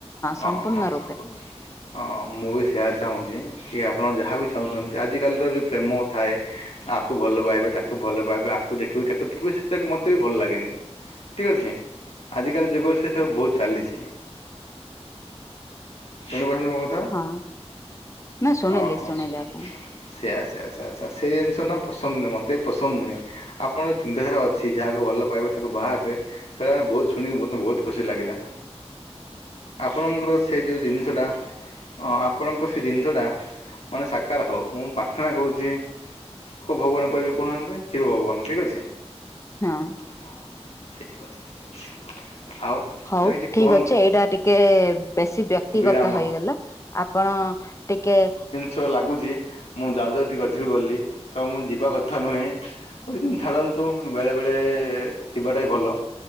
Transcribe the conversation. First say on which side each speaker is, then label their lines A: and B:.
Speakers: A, on the left (about 65°); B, on the left (about 25°).
A: ହଁ
B: ସମ୍ପୂର୍ଣ୍ଣ
A: ହଁ
B: ରୂପେ
A: ମୁଁ ବି ସେୟା ଚାହୁଁଛି। କି ଆପଣ ଯାହା ବିି ଚାହୁଁଛନ୍ତି ଆଜିକାଲିର ଯେଉଁ ପ୍ରେମ ଥାଏ। ଆକୁ ଭଲ ପାଇବେ ତାକୁ ଭଲ ପାଇବେ ଆକୁ ଦେଖିବେ ତାକୁ ଦେଖିବେ ସେଟ ମତେ ବି ଭଲ ଲାଗେନି। ଠିକ୍ ଅଛି ଆଜିକାଲି ଯୁଗର ସେ ସବୁ ବହୁତ ଚାଲିଛି। ଶୁଣିପାରୁଛନ୍ତି ମୋ କଥା?
B: ହଁ ନା ଶୁଣିଲି
A: ହଁ ହଁ।
B: ଶୁଣିଲି ଆପଣ
A: ସେଆ ସେୟା ସେୟା ସେୟା ଜିନିଷ ନା ପସନ୍ଦ ନୁହଁ ମୋତେ ପସନ୍ଦ ନୁହେଁ। ଆପଣଙ୍କ ଚିନ୍ତାଧାରା ଅଛି ଯାହାକୁ ଭଲ ପାଇବେ ତାକୁ ବାହା ହେବେ। ସେରା ନା ବହୁତ ଶୁଣିକି ମତେ ବହୁତ ଖୁସି ଲାଗିଲା।
B: ହୁଁ।
A: ଆପଣଙ୍କର ସେ ଯୋଉ ଜିନି ହଁ ଆପଣଙ୍କ ସେ ଜିନିଷଟା ମାନେ ସାକାର ହୋଉ ମୁଁ ପ୍ରାର୍ଥନା କରୁଛି। କୋଉ ଭଗବାନ କରିବି କହୁନାହାନ୍ତି ସେଇ ଭଗବାନ ଠିକ୍ ଅଛି।
B: ହଁ।
A: ହଁ ଠିକ୍ ଅଛି ଠିକ୍ ଅଛି। ଆଉ
B: ହଉ
A: ତାର କିଛି କୁହନ୍ତୁ
B: ଠିକ୍ ଅଛି ଏଇଟା ଟିକେ ବେଶୀ ବ୍ୟ ବ୍ୟକ୍ତିଗତ
A: ବିରାମ
B: ହେଇଗଲା ଆପଣ ଟିକିଏ
A: ସୋ ଲାଗୁଛି ମୁଁ ଯାଉ ଯାଉ ଟିକେ ଅଧିକ ଲାଗୁଚି ଗଲି ତ ମୁଁ ଯିବା କଥା ନୁହେଁ। ପୁଣି କେମିତି ଛାଡ଼ନ୍ତୁ ବେଳେବେଳେ ଯିବାଟାବି ଭଲ।